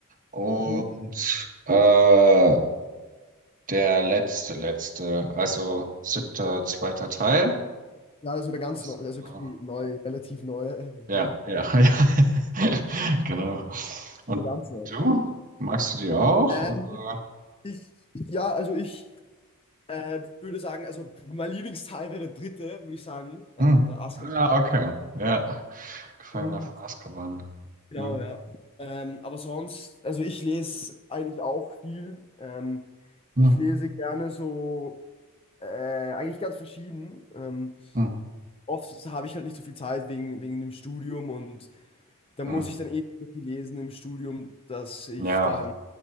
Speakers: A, on the right; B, on the left.
A: und
B: Okay.
A: äh, der letzte, letzte, also siebter, zweiter Teil.
B: Ja, also der ganz
A: Das,
B: neue,
A: äh,
B: also quasi neu, relativ neue,
A: ja,
B: äh, <laughs> ja.
A: ja, <laughs> ja. Genau. Und
B: Der ganz
A: du?
B: neue, ja.
A: Magst du die auch?
B: Ähm,
A: Oder?
B: Ich, ja, also ich äh, würde sagen, also mein Lieblingsteil wäre der dritte, würde ich sagen, ähm,
A: Hm.
B: der Asker.
A: Ah, okay. Ja. Gefangener
B: Und
A: von Azkaban.
B: genau,
A: Hm.
B: ja. Ähm, aber sonst, also ich lese eigentlich auch viel. Ähm,
A: Hm.
B: ich lese gerne so, äh, eigentlich ganz verschieden. Ähm,
A: Hm.
B: oft habe ich halt nicht so viel Zeit wegen, wegen dem Studium und da muss
A: Hm.
B: ich dann eh so viel lesen im Studium, dass ich
A: Ja,
B: dann